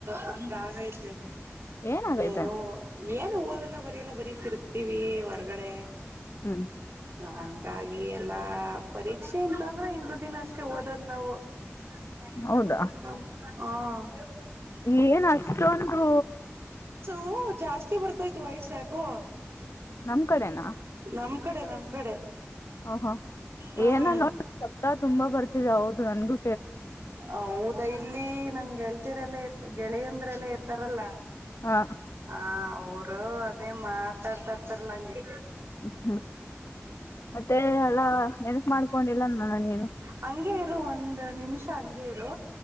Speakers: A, on the right (about 65°); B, on the left (about 70°).
A: ಹಂಗಾಗೈತೆ
B: ಏನಾಗೈತೆ
A: ಏನೋ ಏನು ಓದೆಲ್ಲ ಬರಿಯೆಲ್ಲ ಬರಿ ತೀರ್ಘ್ತೀವಿ ಹೊರಗಡೆ
B: ಹ್ಮ
A: ಹಂಗಾಗಿ ಎಲ್ಲಾ ಪರೀಕ್ಷೆ ಎಂತ ಅಂದ್ರೆ ಹಿಂದಿನ ದಿನ ಅಷ್ಟೇ ಓದದ್ ನಾವು <unintelligible>
B: ಹೌದಾ
A: ಹ ಹ
B: ಏನ್ ಅಷ್ಟೊಂದು
A: ಹೂ ಜಾಸ್ತಿ ಬರ್ತ ಇತ್ ವಯಸ್ಸ್ಯಾಕು
B: ನಮ್ ಕಡೆನಾ
A: ನಮ್ ಕಡೆ ನಮ್ ಕಡೆ
B: ಓಹೋ
A: ಹ್ಮ್
B: ಏನ ನೋಡ ಶಬ್ದ ತುಂಬಾ ಬರ್ತಿದೆ ಹೌದು ನನ್ಗು
A: ಹೌದಾ ಇಲ್ಲಿ ನಂಗ ಗೆಳ್ತರಲ್ಲ ಗೆಳೆಯಂದ್ರೆಲ್ಲಾ ಇರ್ತಾರಲ್ಲ
B: ಹಾ
A: ಹ ಅವರು ಅದೇ ಮಾತಾಡ್ತರ್ತರ್ಲಂಗೆ
B: ಹ್ಮ ಹ್ಮ್ ಮತ್ತೆ ಎಲ್ಲಾ ನೆನಕ್ ಮಾಡ್ಕೊಂಡಿಲ್ಲನ್ಣ ನೀನು
A: ಹಂಗಗೆ ಇರು ಒಂದ್ ನಿಮಿಷ ಹಂಗೆ ಇರು